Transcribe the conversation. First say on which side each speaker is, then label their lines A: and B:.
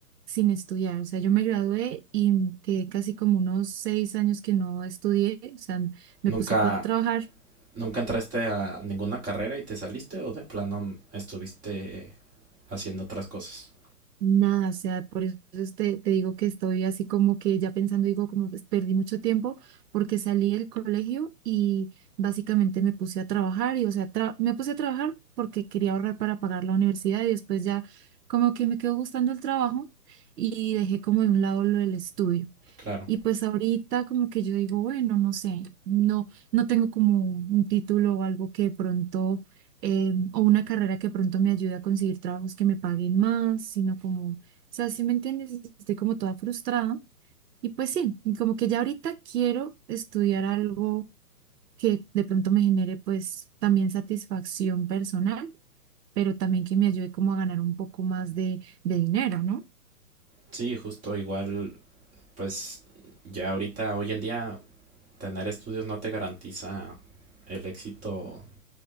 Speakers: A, on the right (about 75°); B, on the right (about 15°).
A: sin estudiar, o sea, yo me gradué y quedé casi como unos seis años que no estudié, o sea, me
B: ¿Nunca,
A: puse fue a trabajar
B: nunca entraste a ninguna carrera y te saliste o de plano estuviste haciendo otras cosas?
A: Nada, o sea, por eso es te, te digo que estoy así como que ya pensando, digo, como pues, perdí mucho tiempo porque salí del colegio y básicamente me puse a trabajar y, o sea, tra- me puse a trabajar porque quería ahorrar para pagar la universidad y después ya como que me quedó gustando el trabajo y dejé como de un lado lo del estudio.
B: Claro,
A: Y pues ahorita como que yo digo, bueno, no sé, no, no tengo como un título o algo que de pronto, eh, o una carrera que de pronto me ayude a conseguir trabajos que me paguen más, sino como, o sea, si me entiendes, estoy como toda frustrada. Y pues sí, y como que ya ahorita quiero estudiar algo que de pronto me genere pues también satisfacción personal, pero también que me ayude como a ganar un poco más de, de dinero, ¿no?
B: sí, justo igual, pues ya ahorita, hoy en día, tener estudios no te garantiza el éxito,